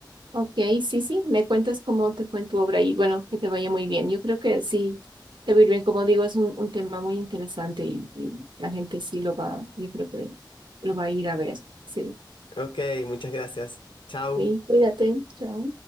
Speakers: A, on the right (about 75°); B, on the left (about 90°).
A: Ok, sí, sí, me cuentas cómo te fue en tu obra y bueno, que te vaya muy bien. Yo creo que sí, te va a ir bien. Como digo, es un, un tema muy interesante y, y la gente sí lo va, yo creo que lo va a ir a ver. Sí,
B: Ok, muchas gracias. Chao.
A: sí, cuídate, chao.